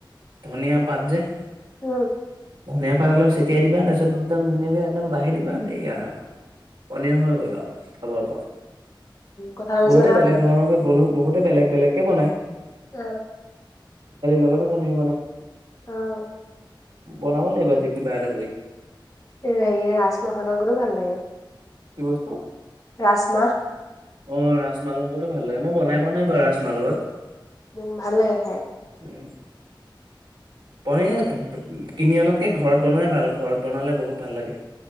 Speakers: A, on the right; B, on the left.
A: ধনিয়া পাত যে
B: উম!
A: ধনিয়া পাত অলপ চটিয়াই দিবা তাপিছত একদম ধুনীয়াকে একদম বাঢ়ি দিবা দেই আৰু? পনীৰ হৈ গ'ল আৰু খাব পৰা
B: কথা কৈছো
A: বহুতে বেলেগ ধৰণৰ! ব বহুতে বেলেগ বেলেগকে বনায়!
B: অ'
A: লগতো পনীৰ
B: অ'!
A: বনাাব লাগিব কিবা এটা কৰি!
B: <unintelligible>
A: কি বস্তু?
B: ৰাজমা হ!
A: অ' ৰাজ মাহ লগতো ভাল লাগে! মই বনাই পোৱা নাই বাৰু ৰাজমাহ!
B: উম! ভাল লাগে খাই?
A: উম! পনীৰ কিনি অনাতকে ঘৰত বনোৱাই ভাল! ঘৰত বনালে বহুত ভাল লাগে!